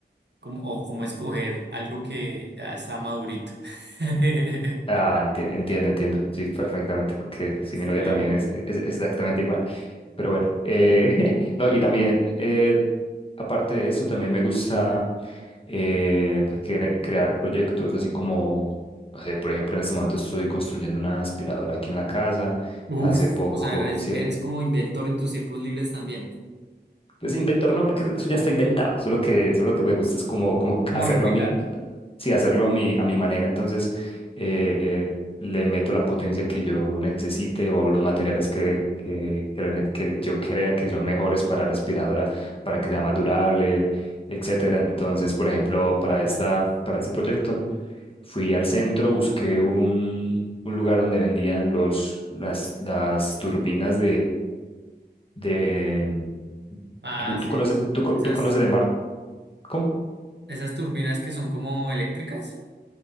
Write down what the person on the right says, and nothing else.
cómo, o cómo escoger algo que ya está madurito. <laughs>
Sí.
Uf,
o sea, eres,
eres como inventor en tus tiempos libres también.
como
replicar?
Ah,
sí.
Esas,
esas turbinas que son como eléctricas.